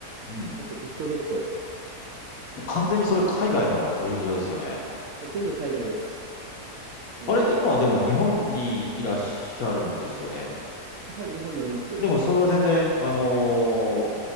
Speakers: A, on the left; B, on the right.
A: うん。
B: あと、ビットゲット。
A: もう完全にそれ海外の取引所ですよね。
B: もう全部海外です。も
A: あれ、今はでも日本にいらっしゃるんですよね。
B: う、はい、日本におります。
A: でもそれは全然、あのー